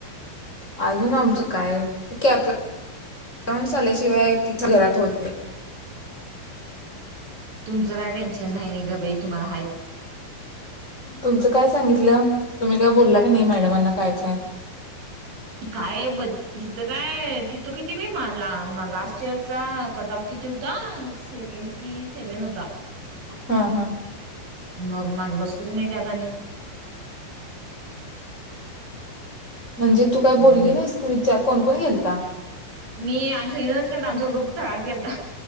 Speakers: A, on the left (about 15°); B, on the right (about 75°).
A: अजून
B: तुझं
A: आमचं काय कॅ <inaudible> ल्याशिवाय तिच्या <inaudible> होत नाही.
B: तुमचं काय टेन्शन नाही गं बाई तुम्हाला हायत.
A: तुमचं काय सांगितलं तुम्ही काय बोलला की नाही मॅडमांना काय काय?
B: काय ब तिथं काय तिथं किती बाई मला लास्ट इयरचा कट ऑफ किती होता सेवनटी सेव्हन होता.
A: हा हा
B: मग माझं बसतच नाही त्यात आणि.
A: म्हणजे तू काय
B: आता
A: बोलली
B: मी
A: नाहीस का विचार कोण कोण गेलता?
B: मी आम्ही सगळेजणच गेलतो आमचा ग्रुप सगळाच गेलता.